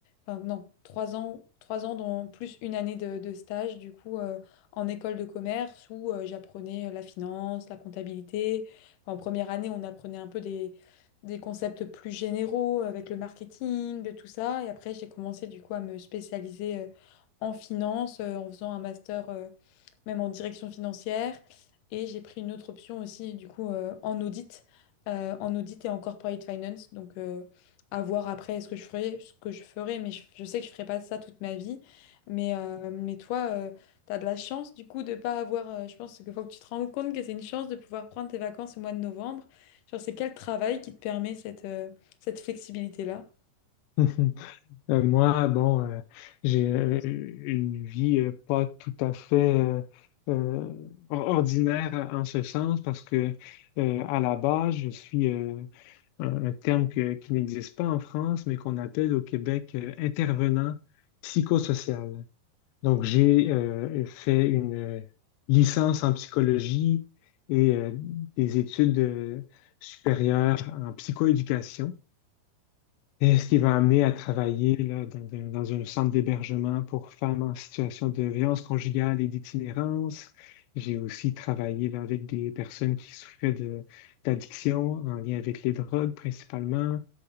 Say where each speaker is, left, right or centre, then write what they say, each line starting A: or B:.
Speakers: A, on the left (about 70°); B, on the left (about 85°).
A: enfin, non, trois ans, trois ans, dans plus une année de, de stage, du coup, euh, en école de commerce où euh, j'apprenais euh, la finance, la comptabilité. Enfin, en première année, on apprenait un peu des des concepts plus généraux avec le marketing, de tout ça. Et après, j'ai commencé du coup à me spécialiser euh, en finance euh, en faisant un master euh, même en direction financière. Et j'ai pris une autre option aussi, du coup, euh, en audit, euh, en audit et en corporate finance. Donc, euh, à voir après ce que je ferai, ce que je ferai, mais je, je sais que je ferai pas ça toute ma vie. Mais, euh, mais toi, euh, tu as de la chance, du coup, de pas avoir. euh, je pense qu'il faut que tu te rendes compte que c'est une chance de pouvoir prendre tes vacances au mois de novembre. Genre, c'est quel travail qui te permet cette, euh, cette flexibilité-là?
B: <laughs> Euh, moi, bon, euh, j'ai euh, une vie euh, pas tout à fait euh, euh, or- ordinaire en ce sens parce que euh, à la base, je suis euh, un, un terme que- qui n'existe pas en France, mais qu'on appelle au Québec euh, intervenant psychosocial. Donc, j'ai euh, fait une euh, licence en psychologie et euh, des études euh, supérieures en psychoéducation. Et ce qui va amener à travailler là, dans, un dans un centre d'hébergement pour femmes en situation de violence conjugale et d'itinérance. J'ai aussi travaillé là, avec des personnes qui souffraient de d'addiction en lien avec les drogues principalement.